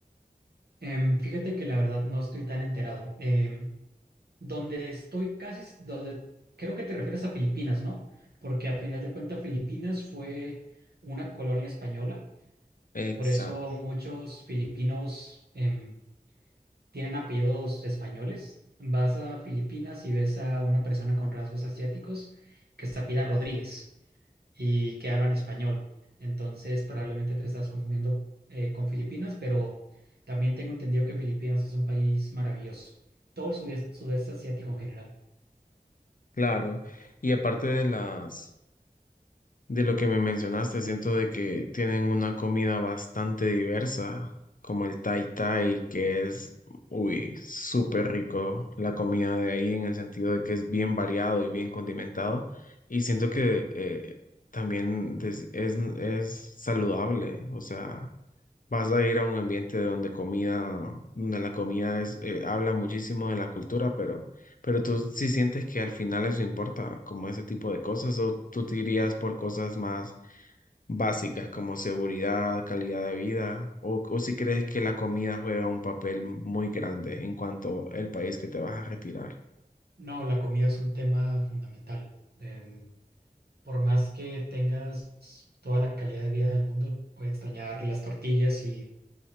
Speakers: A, on the right (about 80°); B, on the left (about 60°).
A: Em, fíjate que la verdad no estoy tan enterado. Em, Donde estoy casi, s- donde creo que te refieres a Filipinas, ¿no? Porque a final de cuentas Filipinas fue una colonia española,
B: Exacto,
A: por eso muchos filipinos em, tienen apellidos españoles. Vas a Filipinas y ves a una persona con rasgos asiáticos que se apellida Rodríguez y que hablan español. Entonces probablemente te estás confundiendo eh, con Filipinas, pero también tengo entendido que Filipinas es un país maravilloso, todo el sudeste sudeste asiático en general.
B: claro. Y aparte de las, De lo que me mencionaste, siento de que tienen una comida bastante diversa, como el tai tai, que es, uy, súper rico la comida de ahí, en el sentido de que es bien variado y bien condimentado. Y siento que eh, también des- es, es saludable, o sea, Vas a ir a un ambiente donde comida, donde la comida es, eh, habla muchísimo de la cultura, pero, pero tú sí sientes que al final eso importa, como ese tipo de cosas, o tú te irías por cosas más básicas como seguridad, calidad de vida, o, o si crees que la comida juega un papel muy grande en cuanto al país que te vas a retirar.
A: No, la comida es un tema fundamental. Em, por más que tengas toda la calidad de vida del mundo, puedes extrañar las tortillas y